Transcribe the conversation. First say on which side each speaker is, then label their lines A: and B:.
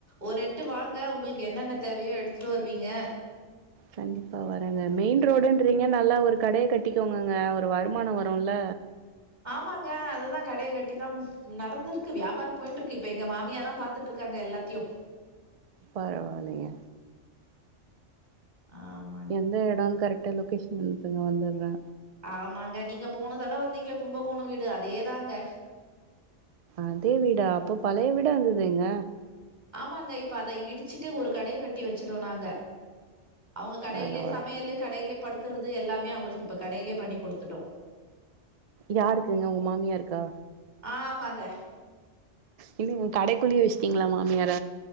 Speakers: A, on the right; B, on the right.
A: ஒரு எட்டு வாங்க ஒங்களுக்கு என்னன்ன தேவயோ எடுத்துட்டு வருவீங்க
B: கண்டிப்பா வரங்க மெயின் ரோடுன்றீங்க நல்லா ஒரு கடய கட்டிக்கோங்கங்க ஒரு வருமானோ வருல்ல
A: ஆமாங்க அதுதா கடய கட்டி தா நடந்திருக்கு வியாபார போய்ன்ட்ருக்கு இப்ப எங்க மாமியாதா பாத் துட்ருக்காங்க எல்லாத்தியு
B: பரவால்லீங்க
A: ஆம்
B: எந்த எடனோனு கரெக்டா லொக்கேஷன் அனுப்புங்க வந்தற
A: ஆமாங்க நீங்க போன தடவ வந்தீங்க கும்பகோணோ வீடு அதேதாங்க
B: அதே வீடா அப்ப பழைய வீடா இருந்துதேங்க
A: ஆமாங்க இப்ப அத இடிச்சிட்டு ஒரு கடய கட்டி வச்சுட்டோ நாங்க அவுங்க கடையிலே
B: பரவாயில்ல
A: சமையலு கடையிலே படுக்கறது எல்லாமே அவுங்களுக்கு இப்ப கடையிலே பண்ணி குடுத்துட்டோ
B: யாருக்குங்க ஒங்க மாமியாருக்கா
A: ஆ ஆமாங்க
B: இல்லைங்க ஒங் கடைக்குள்ளயே வச்சட்டீங்ளா மாமியார